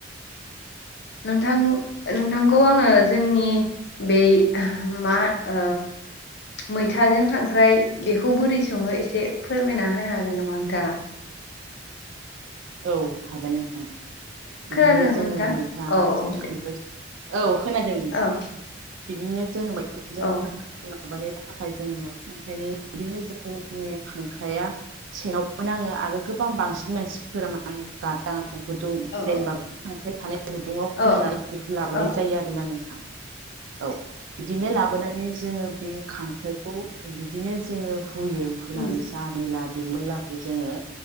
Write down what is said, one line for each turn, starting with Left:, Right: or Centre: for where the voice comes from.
Left: नोंथां नोंथांखौ आङो जोंनि बे मा ओ मैथाजों खांख्राइ बेखौ बोरै सङो एसे फोरमायना होनो हागोन नामा नोंथाङा?
Right: औ हागोन नोंथां बिदिनो
Left: खोनादों
Right: जोङो
Left: नोंथां
Right: मैथाजों
Left: औ औ दे
Right: खांख्राय औ खोनादों
Left: औ
Right: बिदिनो जोङो मै
Left: औ।
Right: माबानि थाखाय जोंनो खांख्राइनि बिदिनो जोंनि खांख्राइया सेनावमोन आङो आरो गो गोबां बांसिन मानसिफोरा म गादां गुदुं
Left: औ
Right: जेनेबा खांख्राय थानाय समावनो गुदुङाव खन'नानै
Left: औ
Right: बेखौ लाबोनाय
Left: औ
Right: जायो आरोना नोंथां औ बिदिनो ला लाबोनानै जोङो बे खांख्राइखौ बिदिनो जोङो हुयो हुनानै
Left: उम
Right: जा मैला बे मैलाखौ जोङो